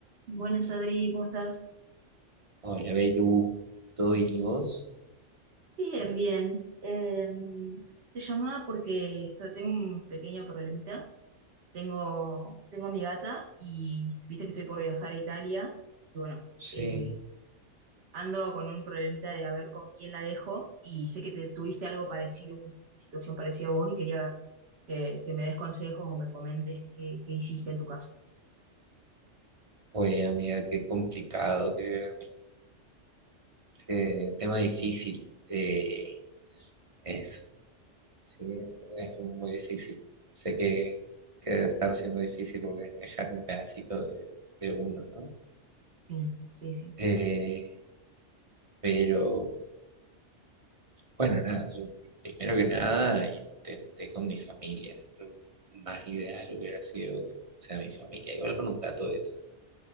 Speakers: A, on the right; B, on the right.
A: Buenas, Adri, ¿cómo estás?
B: Hola, Beru, ¿Todo bien y vos?
A: Bien, bien. Em, te llamaba porque esto- tengo un pequeño problemita. Tengo, tengo a mi gata y viste que estoy por viajar a Italia. Y bueno,
B: Sí.
A: eh, ando con un problemita de a ver con quién la dejo. Y sé que te tuviste algo parecido, una situación parecida a vos, y quería eh, que me des consejos o me comentes qué, qué hiciste en tu caso.
B: Oye, amiga, qué complicado, qué, qué tema difícil. eh, es, sí, es muy difícil. Sé que, que debe estar siendo difícil porque es dejar un pedacito de, de uno, ¿no?
A: Sí, sí, sí.
B: Eh, pero, bueno, nada, yo primero que nada intenté con mi familia. Lo más ideal hubiera sido que sea mi familia. Igual con un gato es